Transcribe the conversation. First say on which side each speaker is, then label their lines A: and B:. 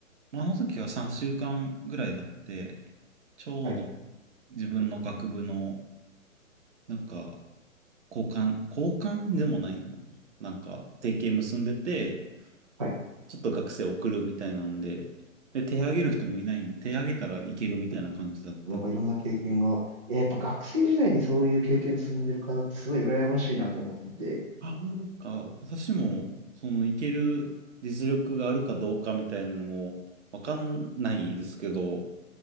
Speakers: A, on the right; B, on the right.
A: まあ、あの時は3週間ぐらいだって、ちょうど
B: はい。
A: 自分の学部の、なんか、交換、交換でもないの。なんか、提携結んでて、
B: はい。
A: ちょっと学生送るみたいなんで、で、手挙げる人もいないんで、手挙げたらいけるみたいな感じだって。
B: なんかいろんな経験が。いややっぱ学生時代にそういう経験積んでる方ってすごい羨ましいなと思ってて。
A: あ、なんか、私も、その、いける実力があるかどうかみたいなのも、わかんないですけど、